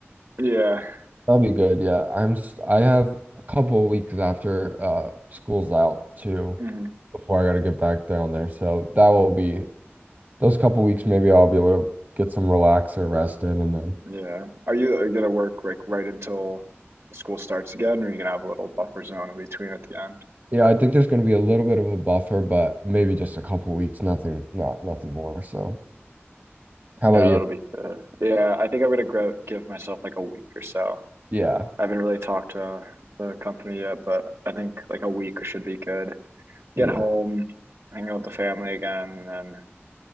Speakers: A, on the right; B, on the right.
A: yeah.
B: That'll be good. Yeah, I'm. s- I have a couple weeks after uh school's out too
A: Mhm.
B: before I gotta get back down there. So that will be those couple weeks. Maybe I'll be able to get some relax or rest in, and then
A: Yeah. Are you, are you gonna work like right until school starts again, or are you gonna have a little buffer zone in between at the end?
B: yeah, I think there's gonna be a little bit of a buffer, but maybe just a couple weeks. Nothing, not nothing more. So how about
A: Yeah,
B: you?
A: that'll be good. Yeah, I think I'm gonna grow give myself like a week or so.
B: Yeah,
A: I haven't really talked to the company yet, but I think like a week should be good. Get
B: yeah,
A: home, hang out with the family again, and then